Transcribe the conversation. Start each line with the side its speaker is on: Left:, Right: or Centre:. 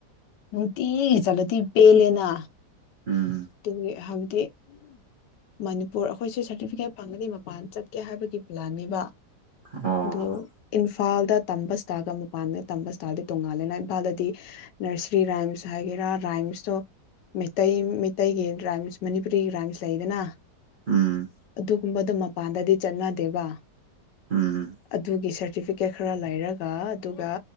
Left: ꯅꯨꯡꯇꯤꯒꯤ ꯆꯠꯂꯗꯤ ꯄꯦꯜꯂꯦꯅꯥ
Right: ꯎꯝ
Left: ꯑꯗꯨꯒꯤ ꯍꯥꯏꯕꯗꯤ ꯃꯅꯤꯄꯨꯔ ꯑꯈꯣꯏꯁꯦ ꯁꯥꯔꯇꯤꯐꯤꯀꯦꯠ ꯐꯪꯉꯗꯤ ꯃꯄꯥꯟ ꯆꯠꯀꯦ ꯍꯥꯏꯕꯒꯤ ꯄ꯭ꯂꯥꯟꯅꯦꯕꯥ
Right: ꯑꯣ
Left: ꯑꯗꯣ ꯏꯟꯐ ꯏꯝꯐꯥꯜꯗ ꯇꯝꯕ ꯁ꯭ꯇꯥꯏꯜꯒ ꯃꯄꯥꯟꯗ ꯇꯝꯕ ꯁ꯭ꯇꯥꯏꯜꯗꯤ ꯇꯣꯡꯉꯥꯜꯂꯦꯅꯦ ꯏꯝꯐꯥꯜꯗꯗꯤ ꯅꯔꯁꯔꯤ ꯔꯥꯏꯝꯁ ꯍꯥꯏꯒꯦ ꯔꯥ ꯔꯥꯏꯝꯁꯇꯣ ꯃꯩꯇꯩ ꯃꯩꯇꯩꯒꯤ ꯔꯥꯏꯝꯁ ꯃꯅꯤꯄꯨꯔꯤꯒꯤ ꯔꯥꯏꯝꯁ ꯂꯩꯗꯅꯥ
Right: ꯎꯝ
Left: ꯑꯗꯨꯒꯨꯝꯕꯗꯣ ꯃꯄꯥꯟꯗꯗꯤ ꯆꯠꯅꯗꯦꯕꯥ
Right: ꯎꯝ
Left: ꯑꯗꯨꯒꯤꯁꯦ ꯇꯤꯐꯤꯀꯦꯠ ꯈꯔ ꯂꯩꯔꯒꯥ ꯑꯗꯨꯒꯥ